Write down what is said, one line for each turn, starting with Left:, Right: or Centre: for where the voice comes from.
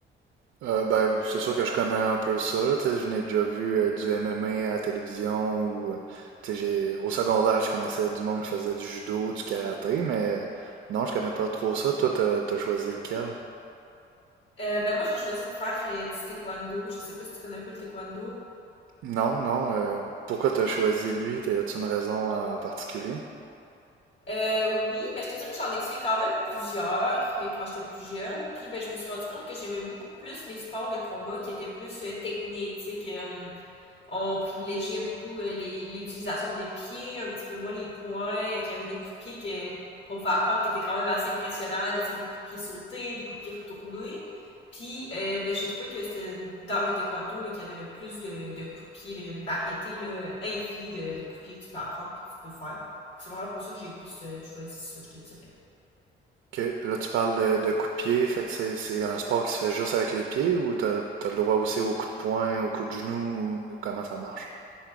Right: Euh, ben, c'est sûr que je connais un peu ça, là, tu sais, je n'ai déjà vu euh, du MMA à la télévision ou, euh, tu sais, j'ai, au secondaire, je connaissais du monde qui faisait du judo, du karaté, mais euh, non, je connais pas trop ça. Toi, t'as, t'as choisi lequel?
Left: Euh, ben moi j'ai choisi de faire euh, du taekwondo. Je sais pas si tu connais un peu le taekwondo.
Right: Non, non, euh, pourquoi t'as choisi lui? T'as- As-tu une raison en particulier?
Left: Euh, oui, ben je te dirais que j'en ai essayé quand même plusieurs euh, quand j'étais plus jeune. Puis ben je me suis rendu compte que j'aimais beaucoup plus les sports de combat qui étaient plus euh, techniques, tu sais que hum, on privilégiait beaucoup euh, les- l'utilisation des pieds, un petit peu moins les poings, euh, qu'il y avait des coups de pied que, qu'on pouvait apprendre qui étaient quand même assez impressionnants, là, tu sais, des coups de pied sautés, des coups de pied retournés. Puis euh, ben, j'ai trouvé que c'était dans le taekwondo là, qu'il y avait le plus de, de coups de pied. là. Il y a une variété là, infinie de, de coups de pied que tu peux apprendre et que tu peux faire. C'est vraiment pour ça que j'ai plus euh, choisi ça, je te dirais.
Right: Ok, puis là, tu parles de, de coups de pied, fait que c'est, c'est un sport qui se fait juste avec les pieds ou t'as, t'as le droit aussi aux coups de poing, aux coups de genoux ou comment ça marche?